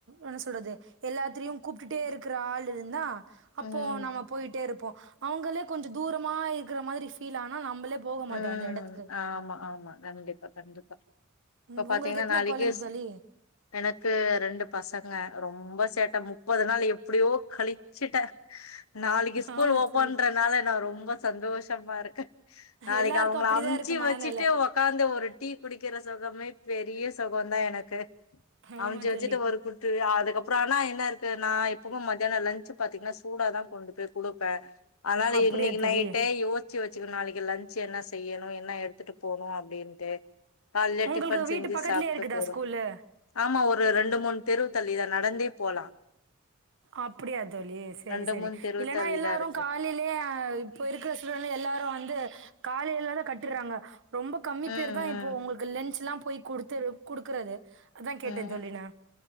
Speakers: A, on the right; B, on the left.
A: என்ன சொல்றது எல்லாத்தலயையு கூப்ட்டுட்டே இருக்கிற ஆள் இருந்தா அப்போ
B: ம்
A: நாம போயிட்டேருப்போ அவங்களே கொஞ்ச தூரமா இருக்கிற மாரி ஃபீல் ஆனா நம்மளே போக மாட்டோ
B: ம்
A: அந்த எடத்துக்கு
B: ஆமா ஆமா கண்டிப்பா கண்டிப்பா இப்ப
A: ம்
B: பாத்தீங்கன்னா
A: உங்களுக்கு எத்தன
B: நாளைக்கே
A: கொழந்த
B: ஸ்
A: தோழி
B: எனக்கு ரெண்டு பசங் க ரொம்ப சேட்ட மு முப்பது நாள் எப்டியோ கழிச்சுட்டே நாளைக்கு ஸ்கூல்
A: ஆமா
B: ஓப்பன்றனாலே
A: தோழி
B: நா ரொம்ப சந்தோஷமா இருக்கு நாளைக்கு
A: எல்லாருக்கு
B: அவங்கள
A: அப்டிதா
B: அமுச்சு
A: இருக்கு மனநெல
B: வச்சுட்டு உக்காந்து ஒரு டீ குடிக்கிற சுகமே பெரிய சுகந்தா எனக்கு
A: ஆமா
B: அமுச்சு வச்சுட்டு
A: தோழி
B: ஒரு குட்டி அதுக்கப்புற ஆனா என்ன இருக்கு நா எப்பவுமே மத்தியான லஞ்ச் பாத்தீங்கன்னா சூட தா கொண்டு போய் குடுப்பே அதனால
A: அப்டியா
B: இன்னைக்கு
A: தோழி
B: நைட்டே யோச்சு வச் சுக்கணு நாளைக்கு லன் ச என்ன செய்யணு அவ என்ன எடுத்துட்டு போனு அப்படின்ட காலலே
A: உங்களுக்கு
B: டிபன்
A: வீட்டு
B: செஞ்சு
A: பக்கத்துலயே
B: சாப்ட்டு
A: இருக்குதா
B: போறோ
A: ஸ்கூலு
B: ஆமா ஒரு ரெண்டு மூணு தெருவு தள்ளிதா நடந்தே போலா
A: அப்படியா தோழி சரி
B: ரெண்டு
A: சரி
B: மூணு தெருவு
A: இல்லைன்னா
B: தள்ளிதா
A: எல்லாரு
B: இருக்கு
A: காலையிலயே இப்ப இருக்கிற சூழல்ல எல்லாரு வந்து காலல்லதா கட்டுறாங்க ரொம்ப கம்மி
B: ம்
A: பேரு தா இப்போ ஒங்களுக்கு லென்சலா போய் குடுத்துரு குடுக்குறது அதா கேட்டே
B: ம்
A: தோழி நா